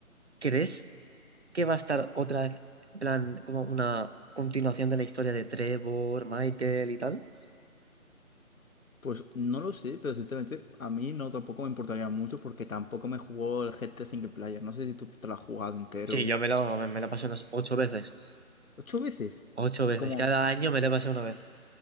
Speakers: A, on the right; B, on the left.
A: ¿crees que va a estar otra vez, en plan, como una continuación de la historia de Trevor, Michael y tal?
B: Pues no lo sé, pero sinceramente a mí no tampoco me importaría mucho porque tampoco me jugó el GTA Single Player. No sé si tú te lo has jugado entero.
A: Sí, yo me lo, me, me lo pasé unas ocho veces.
B: ¿Ocho veces?
A: Ocho veces.
B: ¿Y cómo,
A: Cada año me lo pasé una vez.